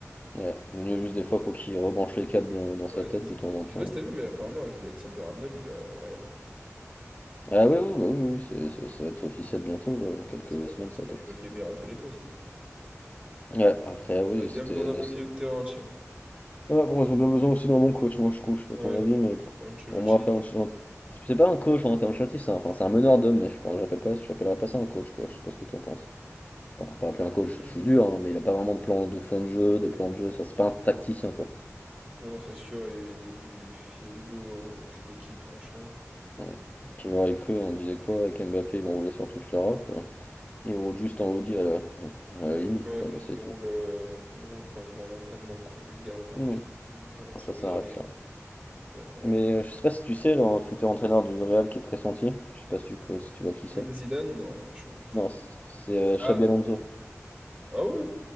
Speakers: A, on the left; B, on the right.
A: ouais. Nuno, juste des fois, faut qu'il rebranche les câbles dans, dans sa
B: Ouais,
A: tête
B: c'est ça.
A: de temps en
B: Je
A: temps.
B: sais pas si t'as vu, mais apparemment, avec Alexander Arnold, il va au Real.
A: Ah oui, oui, bah oui, oui, oui, c'est- c'est- ça va être officiel bientôt. quoi. Dans
B: Ah
A: quelques
B: ouais, ils se prennent,
A: semaines,
B: ils
A: ça
B: se prennent-
A: va être officiel.
B: ils veulent les meilleurs à tous les postes.
A: Ouais, après,
B: Ils
A: oui,
B: auraient bien
A: c'était.
B: besoin d'un
A: euh,
B: bon milieu de terrain, tiens.
A: Ouais, bon, ils ont bien besoin aussi d'un bon coach, moi je trouve, je sais pas
B: Ouais,
A: ton avis, mais pour,
B: Ancelotti.
A: pour moi, après Ancelotti,
B: euh.
A: c'est pas un coach, hein, Rafael Ancelotti, c'est un, enfin, c'est un meneur d'hommes, mais je pense- j'appelle pas, j'appellerais pas ça un coach, quoi, je sais pas ce que t'en penses. Enfin, pas appeler un
B: Mhm.
A: coach, je suis dur, hein, mais il a pas vraiment de plan de fond de jeu, de plan de jeu, ça, c'est pas un tacticien, quoi.
B: Non, c'est sûr, et il y a du, il y a du boulot hein, avec cette équipe, franchement.
A: Bon, Qui aurait cru, on disait quoi, avec Mbappé, ils vont rouler sur toute l'Europe, hein. ils roulent juste en Audi à la, à la limite,
B: Ouais,
A: quoi, mais c'est
B: ils
A: tout.
B: roulent, euh, ils roulent quand ils vont à l'entraînement, quoi. Ils se garent au parking.
A: Oui,
B: Voilà, ils roulent
A: ça
B: sur
A: s'arrête
B: les graviers.
A: là.
B: Non, t'as raison.
A: Mais euh, je sais pas si tu sais, le futur entraîneur du Real qui est pressenti, je sais pas si tu, si tu vois qui
B: Mmh,
A: c'est.
B: Zidane, non, je suis un ouf.
A: Non, c'est euh,
B: Ah,
A: Xabi Alonso.
B: Ah ouais?